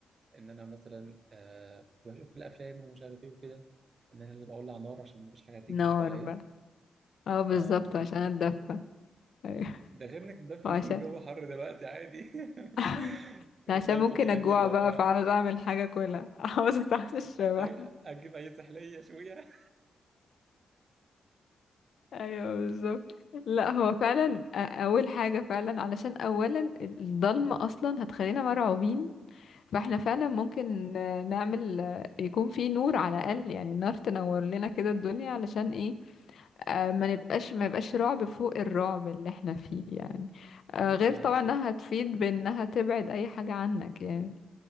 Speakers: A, on the right (about 50°); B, on the left (about 70°).
A: ان انا مثلا آه كنت بشوف في الافلام ومش عارف ايه وكده ان انا لازم اولع نار عشان مفيش حاجه هتيجي
B: نار
A: حواليا
B: بقى اه بالظبط
A: اه بالظبط
B: عشان اتدفى ايوه
A: ده غير انك ده في-
B: وعشان
A: ممكن الجو حر دلوقتي عادي <laughs>
B: <laughs>
A: بس
B: عشان
A: اقصد
B: ممكن
A: يعني
B: اجوع
A: اللي هو
B: بقى فعاوز اعمل حاجه كلها <laughs> عاوز اتعشى
A: أ-
B: بقى
A: اجيب اي سحليه شويه
B: ايوه بالظبط لا هو فعلا
A: ف...
B: أ- اول حاجه فعلا علشان اولا الضلمه اصلا هتخلينا مرعوبين فاحنا فعلا ممكن آه، نعمل آه، يكون في نور على الاقل يعني النار تنور لنا كده الدنيا علشان ايه آه، ما نبقاش ما يبقاش رعب فوق الرعب اللي احنا فيه يعني آه،
A: طيب
B: غير
A: ماشي
B: طبعا انها هتفيد بانها تبعد اي حاجة عنك يعني